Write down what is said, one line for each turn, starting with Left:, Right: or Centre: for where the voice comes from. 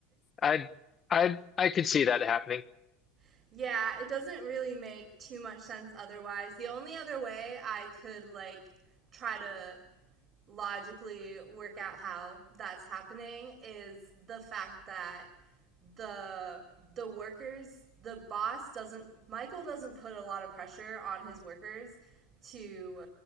Left: I I I could see that happening.
Right: <laughs> yeah, it doesn't really make too much sense otherwise. The only other way I could like try to logically work out how that's happening is the fact that the the workers the boss doesn't Michael doesn't put a lot of pressure on his workers to